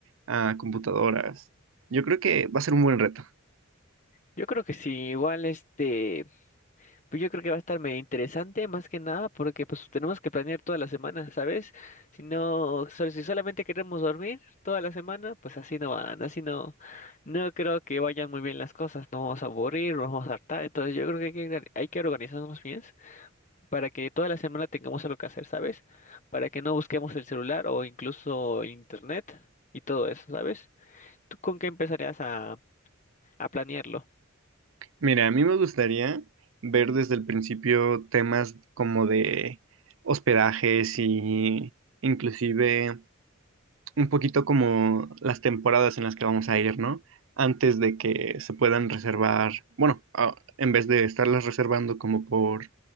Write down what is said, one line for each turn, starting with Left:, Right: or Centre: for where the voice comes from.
Right: a computadoras. Yo creo que va a ser un buen reto.
Left: Yo creo que sí, igual este Pues yo creo que va a estar medio interesante, más que nada, porque pues tenemos que planear toda la semana, ¿sabes? Si no, sol- si solamente queremos dormir toda la semana, pues así no van, así no, no creo que vayan muy bien las cosas, no vamos a aburrir, nos vamos a hartar, entonces yo creo que hay que, hay que organizarnos bien para que toda la semana tengamos algo que hacer, ¿sabes? Para que no busquemos el celular o incluso internet y todo eso, ¿sabes? ¿Tú con qué empezarías a, a planearlo?
Right: Mira, a mí me gustaría ver desde el principio temas como de hospedajes y inclusive un poquito como las temporadas en las que vamos a ir, ¿no? Antes de que se puedan reservar, bueno, a- en vez de estarlas reservando como por